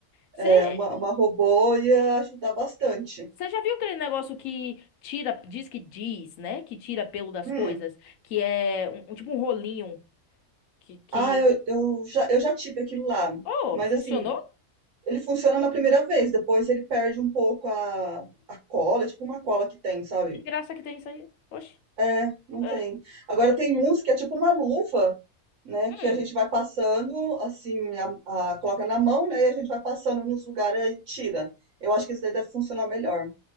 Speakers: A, on the left; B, on the right.
A: Você
B: é, uma, uma robô ia ajudar bastante.
A: já viu aquele negócio que tira, diz que diz, né? Que tira pelo das
B: Hum.
A: coisas, que é um, um- tipo um rolinho que, que...
B: Ah, eu, eu já, eu já tive aquilo lá.
A: Oh,
B: Mas
A: funcionou?
B: assim, ele funciona na primeira vez, depois ele perde um pouco a, a cola, é tipo uma cola que tem, sabe?
A: Que graça que tem isso aí. Oxi.
B: É, não
A: É,
B: tem. Agora
A: é.
B: tem uns que é tipo uma luva, né?
A: Hum.
B: Que a gente vai passando, assim, a, a- coloca na mão, né? E a gente vai passando nos lugares e tira. Eu acho que isso daí deve funcionar melhor.